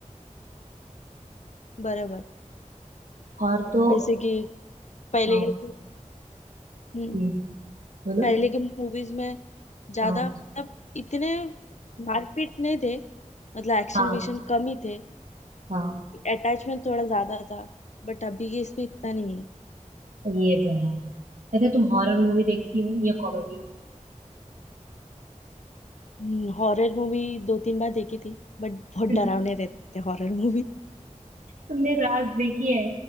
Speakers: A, on the left; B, on the right.
A: बराबर
B: और तो
A: जैसे कि पहले
B: हाँ
A: के हम्म,
B: हम्म। बोलो
A: पहले के मूवीज में ज्यादा
B: हाँ
A: मतलब इतने मारपीट नहीं थे मतलब एक्शन
B: हाँ
A: विक्शन कम ही थे
B: हाँ
A: अटैचमेंट थोड़ा ज्यादा था बट अभी के इसमें इतना नहीं
B: ये तो है वैसे तुम हॉरर मूवी देखती हो या कॉमेडी
A: है हॉरर मूवी दो तीन बार देखी थी बट बहुत
B: <laughs>
A: डरावने रहते हैं हॉरर मूवी
B: तुमने राज देखी है